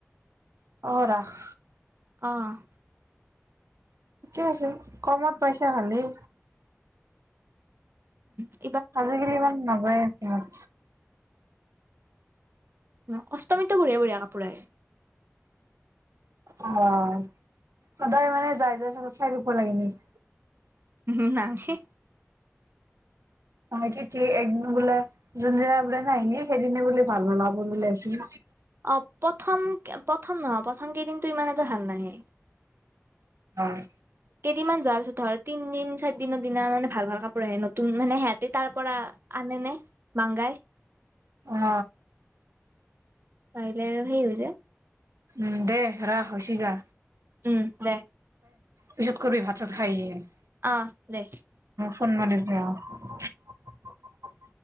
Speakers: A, on the right (about 90°); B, on the right (about 50°).
A: অ' ৰাস।
B: অ'।
A: ঠিকে আছে। কমত পাইছা ভালেই।
B: উম
A: আজিকালি ইমান নাযায়ে। ইয়াত।
B: ন। অষ্টমীতো বঢ়িয়া - বঢ়িয়া কাপোৰ আহে।
A: অ'। সদায় মানে যাই - যাই চাই - চাই থাকিব লাগে নেকি?
B: হঁ, নালগে।
A: তাকে তে। একদিন বোলে যোনদিনা বোলে নাহিলি, সেইদিনে বোলে ভাল বিলাকবোৰ উলাইছিল।
B: অ' প্ৰথম- প্ৰথম নহয়। প্ৰথম কেইদিনটো ইমান এটা ভাল নাহে।
A: অ'
B: কেইদিনমান যোৱাৰ পিছত ধৰ তিন দিন চাৰদিনৰ দিনা মানে ভাল ভাল কাপোৰ আহে। নতুন মানে হিহঁতে তাৰ পৰা আনে নে মাংগাই।
A: অঅ।
B: পাৰিলে আৰু সেই হৈ যায়।
A: উম দে ৰাখ হৈচি দা।
B: উম দে।
A: পিছত কৰবি ভাত চাত খাই আহি কেনে।
B: অ দে।
A: <unintelligible>